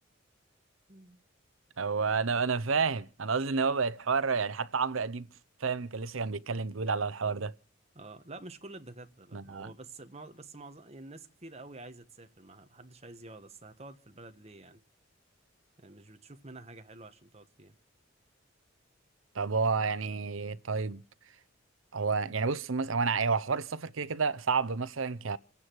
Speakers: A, on the right (about 30°); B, on the right (about 75°).
A: <laughs>
B: هو انا انا فاهم انا قصدي ان هو بقت حوار يعني حتى عمرو اديب فاهم كان لسه كان بيتكلم بيقول على الحوار ده
A: اه لا مش كل الدكاترة لا
B: أنا-
A: هو بس مع... بس معظم يعني الناس كتير قوي عايزة تسافر معها محدش عايز يقعد اصل هتقعد في البلد ليه يعني يعني مش بتشوف منها حاجة حلوة عشان تقعد فيها
B: طب هو يعني طيب هو يعني بص مثلا هو انا هو حوار السفر كده كده صعب مثلا ك